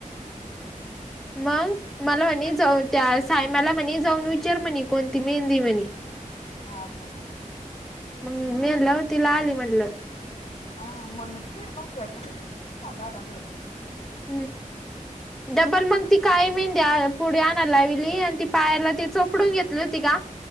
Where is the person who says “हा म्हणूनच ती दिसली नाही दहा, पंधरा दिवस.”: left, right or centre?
Left